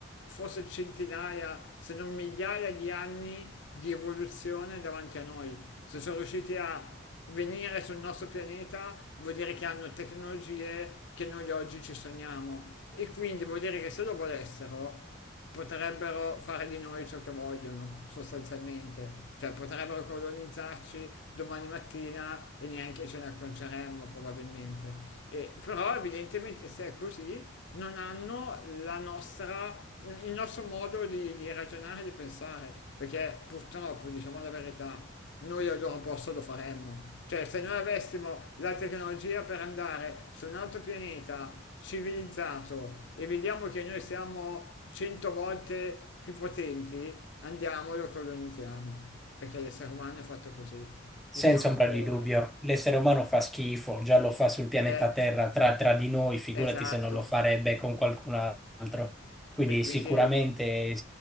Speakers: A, on the left (about 70°); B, in the centre.
A: forse centinaia, se non migliaia di anni di evoluzione davanti a noi. Se sono riusciti a venire sul nostro pianeta, vuol dire che hanno tecnologie che noi oggi ci sogniamo. E quindi vuol dire che se lo volessero, potrebbero fare di noi ciò che vogliono, sostanzialmente, cioè potrebbero colonizzarci domani mattina e neanche ce ne accorgeremmo probabilmente. E- però evidentemente se è così non hanno la nostra, il nostro modo di, di ragionare e di pensare, perché purtroppo, diciamo la verità, noi al loro posto lo faremmo. Cioè, se noi avessimo la tecnologia per andare su un altro pianeta civilizzato e vediamo che noi siamo 100 volte più potenti, andiamo e lo colonizziamo. Perché l'essere umano è fatto così. Purtroppo
B: Senza ombra di dubbio,
A: eh,
B: l'essere umano fa schifo, già lo fa sul pianeta
A: è
B: Terra tra, tra di noi, figurati
A: esatto.
B: se non lo farebbe con qualcun altro. Quindi
A: E quindi
B: sicuramente